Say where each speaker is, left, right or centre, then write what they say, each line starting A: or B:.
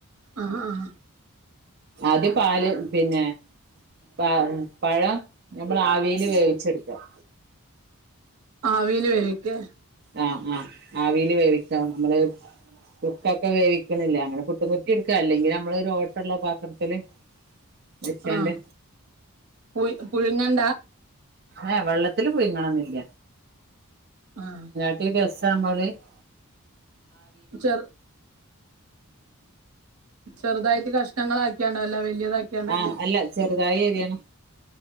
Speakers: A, on the right (about 85°); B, on the right (about 45°).
A: ആഹ ആഹ
B: അത് പാല് പിന്നെ പ പഴം നമ്മൾ ആവിൽ വേവിച്ചെടുക്കാം
A: ആ വീല് വേവിക്കെ
B: ആഹ ആഹ് ആവിൽ വേവിക്ക നമ്മള് പു ട്ടൊക്കെ വേവിക്കണില്ല അങ്ങനെ പുട്ട് കു റ്റി എടുക്കുക അല്ലെങ്കിൽ നമ്മളൊ ഒരു ഓട്ടള്ള പാത്രത്തില് വെച്ചാണ്ട്
A: ആഹ പു പുഴുങ്ങണ്ടാ
B: ഏ വെള്ളത്തില് പു യിങ്ങണന്നില്ല
A: ആഹ
B: എട്ടസാമ്മളി <unintelligible>
A: െ ചെറുതായിട്ട് കഷ്ണ ങ്ങളാക്കി ആണ്ടല്ല വലിയത ആാക്കിയാണ്ട തന്നെ
B: ആഹ് അല്ല ചെറുതായി എ രിയണം